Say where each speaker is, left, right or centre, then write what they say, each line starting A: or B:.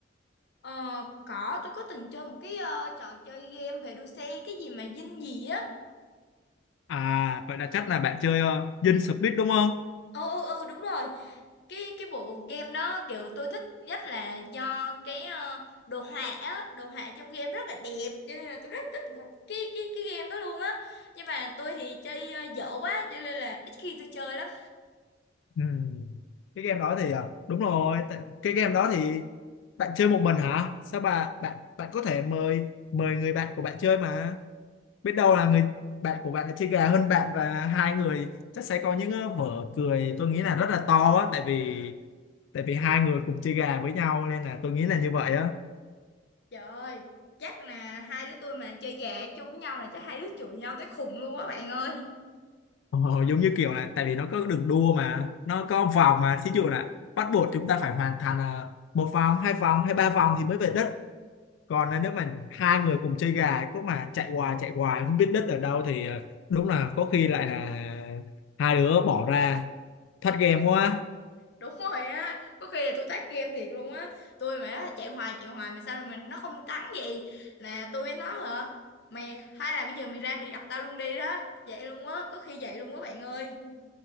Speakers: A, on the left; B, on the left.
A: Ờ, có tôi có từng chơi một cái ờ, trò chơi game về đua xe cái gì mà dinh gì á
B: À, vậy là chắc là bạn chơi ờ, Dinh Speed đúng không?
A: ừ ừ ừ đúng rồi cái cái bộ game đó kiểu tôi thích nhất là do cái ờ, đồ họa á đồ họa trong game rất là đẹp cho nên là tôi rất thích bộ- cái cái cái game đó luôn á nhưng mà tôi thì chơi ờ, dở quá cho nên là ít khi tôi chơi lắm
B: Ừ. Cái game đó thì ờ, đúng rồi. Tại- Cái game đó thì bạn chơi một mình hả? Sao bạn bạn bạn có thể mời mời người bạn của bạn chơi mà. biết đâu là người bạn của bạn lại chơi gà hơn bạn và hai người chắc sẽ có những ờ, vở cười tôi nghĩ là rất là to á tại vì tại vì hai người cùng chơi gà với nhau nên là tôi nghĩ là như vậy á
A: trời ơi chắc là hai đứa tôi mà chơi gà chung với nhau là chắc hai đứa chửi nhau tới khùng luôn á bạn ơi
B: ờ, giống như kiểu là tại vì nó có đường đua mà nó có vòng mà thí dụ là bắt buộc chúng ta phải hoàn thành ờ, một vòng hai vòng hay ba vòng thì mới về đất còn là nếu mà hai người cùng chơi gà cứ mà chạy hoài chạy hoài không biết đất ở đâu thì ờ, đúng là có khi lại là hai đứa bỏ ra thất game quá
A: đúng rồi á có khi là tôi tát game thiệt luôn á tôi mà chạy hoài chạy hoài mà sao mà nó không thắng gì là tôi với nó hả mày hay là bây giờ mày ra mày gặp tao luôn đi đó vậy luôn á có khi vậy luôn á bạn ơi